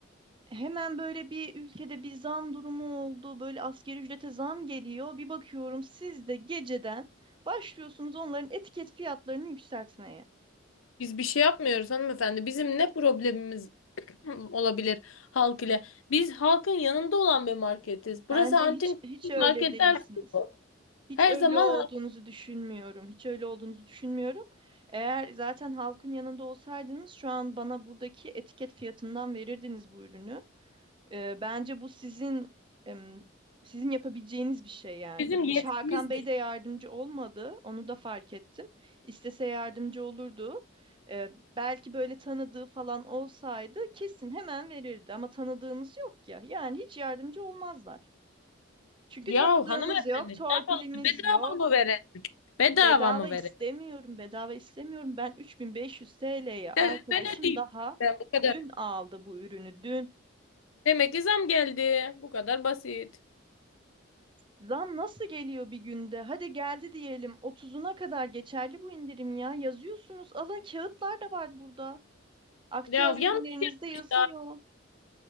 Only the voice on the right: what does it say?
Hemen böyle bir ülkede bir zam durumu oldu. Böyle asgari ücrete zam geliyor. Bir bakıyorum siz de geceden başlıyorsunuz onların etiket fiyatlarını yükseltmeye.
Bence
hiç hiç öyle
değilsiniz.
Hiç
öyle
olduğunuzu
düşünmüyorum. Hiç öyle olduğunuzu düşünmüyorum. Eğer zaten halkın yanında olsaydınız şu an bana buradaki etiket fiyatından verirdiniz bu ürünü. Ee, bence bu sizin em, sizin yapabileceğiniz bir şey yani.
Hiç Hakan Bey de yardımcı olmadı. Onu da fark ettim. İstese yardımcı olurdu. Ee, belki böyle tanıdığı falan olsaydı kesin hemen verirdi. Ama tanıdığımız yok ya. Yani hiç yardımcı olmazlar. Çünkü
tanıdığımız
yok, torpilimiz
yok.
Bedava
istemiyorum,
bedava istemiyorum. Ben 3500 TL'ye arkadaşım
daha
dün aldı bu ürünü. Dün
Zam nasıl geliyor bir günde? Hadi geldi diyelim. Otuzuna kadar geçerli bu indirim ya. Yazıyorsunuz. Alın kağıtlar da var burada. Aktüel
ürünlerinizde
yazıyor.